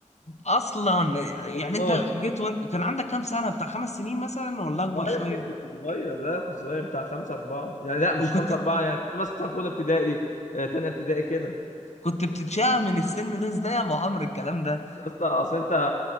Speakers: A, on the left; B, on the left.
A: اصلا
B: والله
A: يعني انت جيت وانت كان عندك كام سنه بتاع خمس سنين مثلا ولا اكبر
B: اه
A: شويه
B: يا ابني كنت صغير لا كنت صغير بتاع خمسة أربعة يعني لا مش
A: وكنت
B: خمسة أربعة يعني كنت مثلا في أولى ابتدائي آه، تانية ابتدائي كده
A: كنت بتتشاء من السن ده ازاي يا ابو عمرو الكلام ده
B: يا اسطى اصل انت